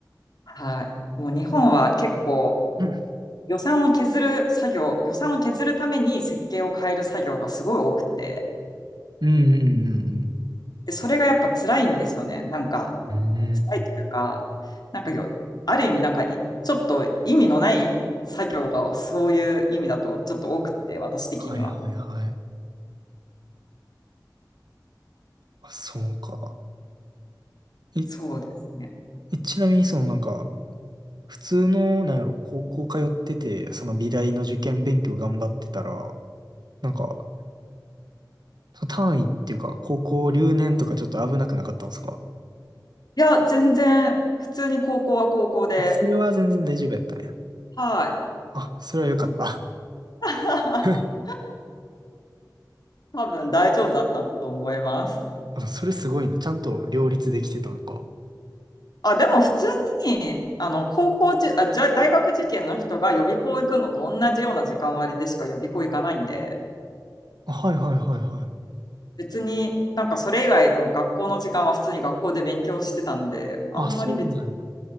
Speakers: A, on the left; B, on the right.
A: はい。もう日本は結構
B: うん
A: 予算を削る作業、予算を削るために設計を変える作業がすごい多くて、
B: うんうんうん
A: でそれがやっぱ辛いんですよね。なんか、
B: うん。うん
A: 辛いというか、なんかよ、ある意味なんかいちょっと意味のない作業がそういう意味だとちょっと多くって、私的には。
B: はいはいはい。あ、そうか。い、
A: そうですね。
B: えちなみにそのなんか、普通の、なんやろ、高校通ってて、その美大の受験勉強頑張ってたら、なんか、その単位っていうか、高校留年とかちょっと危なくなかったんですか
A: いや、全然、普通に高校は高校で、
B: あそれは全然大丈夫やったんや。
A: はい。
B: あ、それはよかった。
A: <laughs>
B: <laughs>
A: 多分大丈夫だったんだと思います。
B: あ、それすごいな。ちゃんと両立できてたのか。
A: あ、でも普通に、あの、高校じゅ、あ、じゃ、大学受験の人が予備校行くのと同じような時間割でしか予備校行かないんで、
B: あ、はいはいはいはい。
A: 別になんかそれ以外の学校の時間は普通に学校で勉強してたんで、あんまり別
B: あ、そうなんや。